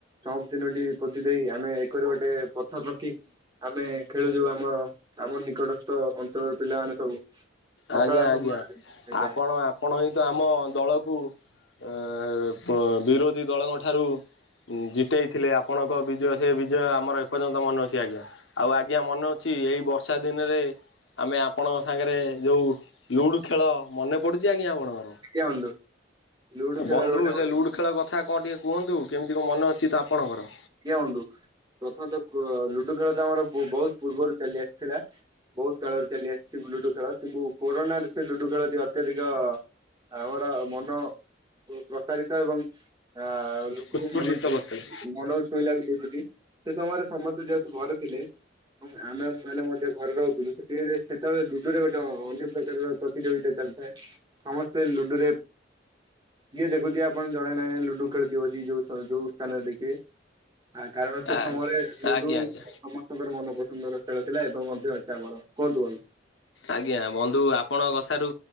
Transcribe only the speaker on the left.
ଆଜ୍ଞା ଆଜ୍ଞା
ଆପଣ ଆପଣ ହିଁ ତ ଆମ ଦଳକୁ ଏ ବ ବିରୋଧୀ ଦଳଙ୍କ ଠାରୁ ଜିତେଇଥିଲେ ଆପଣଙ୍କ ବିଜୟ ସେ ବିଜୟ ଆମର ଏପର୍ଯ୍ୟନ୍ତ ମନେ ଅଛି ଆଜ୍ଞା। ଆଉ ଆଜ୍ଞା ମନେ ଅଛି ଏଇ ବର୍ଷା ଦିନରେ ଆମେ ଆପଣଙ୍କ ସାଙ୍ଗରେ ଯୋଉ ଲୁଡୁ ଖେଳ ମନେ ପଡୁଛି ଆଜ୍ଞା ଆପଣଙ୍କର?
ବନ୍ଧୁ
ସେ ଲୁଡୁ ଖେଳ କଥା କଣ ଟିକେ କୁହନ୍ତୁ କେମିତି କଣ ମନେ ଅଛି ତ ଆପଣଙ୍କର?
ଉତ୍ପୁଠିତ
କରିଥିଲେ
ଆଜ୍ଞା
ଆଜ୍ଞା।
ଆଜ୍ଞା ବନ୍ଧୁ ଆପଣ କଥାରୁ